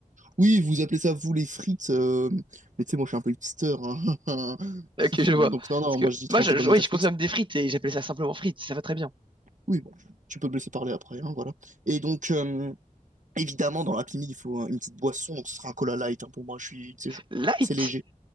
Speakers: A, on the right (about 65°); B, on the right (about 35°).
A: Oui, vous appelez ça vous les frites, euh, mais tu sais, moi je suis un peu hipster, hein. <laughs>
B: Ok,
A: <clears throat>
B: je
A: Donc
B: vois. Parce
A: non, non,
B: que
A: moi je dis
B: moi,
A: tranche
B: je,
A: de pommes
B: je-
A: de
B: oui,
A: terre
B: je
A: frites.
B: consomme des frites et j'appelle ça simplement frites. Ça va très bien.
A: Oui, bon, tu peux me laisser parler après, hein, voilà. Et donc, euh, évidemment, dans l'Happy Meal, il faut euh, une petite boisson, donc ce sera un cola light, hein, pour moi, je suis, tu sais, je-
B: Light?
A: c'est léger.